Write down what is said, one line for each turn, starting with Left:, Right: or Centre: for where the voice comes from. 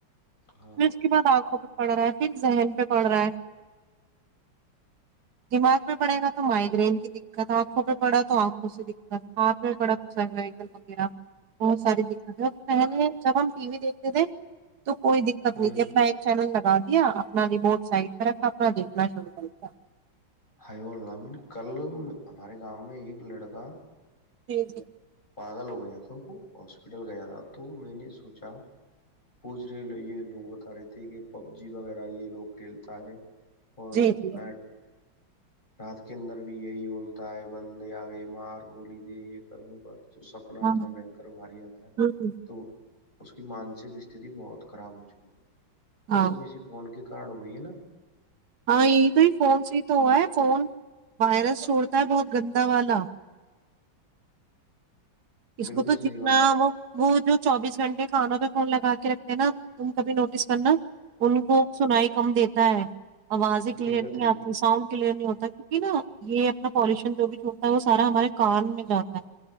Left: ہاں
Right: پ اس کے بعد آنکھوں پر پڑ رہا ہے صف ذہن پہ پڑ رہا ہے دماغ پہ پڑے گا تو مائگرین کی دقت آنکھوں پہ پڑا تو آنکھوں سے دقت ہاتھ پ پڑا تو سر ویکل وغیرہ بہت ساری دقت ہے پہلے جب ہم ٹی وی دیکھتے تھے تو کوئی دقت
Left: ہوں
Right: نہیں تھی اپنا
Left: ہوں
Right: ایک چینل لگا دیا اپنا ریموٹ سائٹ پ رکھا اپنا دیکھنا شروع کر دیا
Left: ہائیو الن کل ہمارے گاؤں میں ایک لڑکا
Right: جی جی
Left: پاگ لوگ گیا تھا وہ ہاسپٹل گیا تھا تو میں نے سوچا پوچھ رہے یہ لوگ بتا رہے تھے کہ پب جی وغیرہ یہ لوگ کھیلتا ہے اور
Right: جی جی
Left: نائٹ رات کے اندر بھی یہی بولتا ہے بندے آگئے مار گولی دے یہ کر وہو کر تو سپنا
Right: ہاں
Left: اتنا بنکر باری آتا ہے
Right: ہوں
Left: تو اس کی مانسک استتی بہت خراب ہو چکی ہے تو
Right: ہاں
Left: سب اسی فون کی کڈ ہوئی ہے نا
Right: ہاں یہی تو ہی فون سے ہی تو ہوا ہے فون وائرس چھوڑتا ہے بہت گندا والا اس
Left: بالکل
Right: کو تو
Left: صحیح
Right: جتنا
Left: بات
Right: وہ وہ جو چوبیس گھنٹے کھانوں پہ فون لگا کے رکھتے ہیں نا تم کبھی نوٹس کرنا ان کو سنائی کم دیتا ہے آوازیں کلیئر
Left: حقیقت
Right: نہیں
Left: ہے
Right: آتی
Left: جی
Right: ساؤنڈ کلیئر نہیں ہوتی کہ نا یہ اپنا پالوشن جو بھی چھوڑتا ہے وہ سارا ہمارے کان میں جاتا ہے